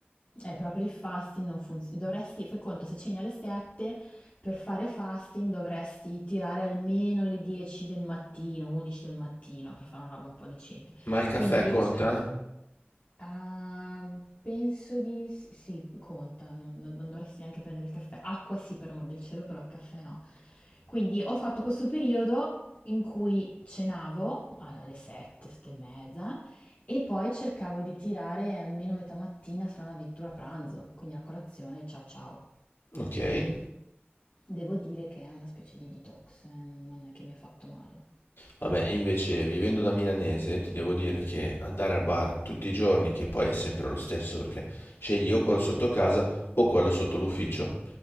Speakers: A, on the left (about 40°); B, on the left (about 75°).
A: Eh, però per il fasting non funziona. Dovresti, fai conto, se ceni alle 7, per fare fasting dovresti tirare almeno le 10 del mattino, 11 del mattino, per fare una roba un po' decente.
B: Ma il caffè
A: Quindi io
B: conta?
A: cerco Ah, penso di s- sì, conta, non, non- non dovresti neanche prendere il caffè. Acqua sì, per amor del cielo, però il caffè no. Quindi ho fatto questo periodo in cui cenavo alla- alle 7, 7 e mezza e poi cercavo di tirare almeno metà mattina, se non addirittura pranzo, quindi la colazione, ciao ciao.
B: Ok.
A: Devo dire che è una specie di detox, eh, non non è che mi ha fatto male.
B: Vabbè, invece vivendo da milanese ti devo dire che andare al bar tutti i giorni, che poi è sempre lo stesso perché scegli o quello sotto casa o quello sotto l'ufficio,